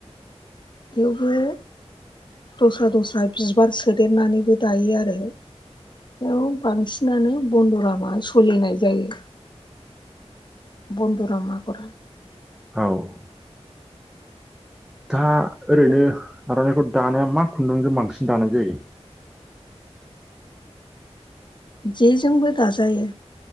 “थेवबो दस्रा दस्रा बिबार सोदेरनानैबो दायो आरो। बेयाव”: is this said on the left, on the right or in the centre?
Left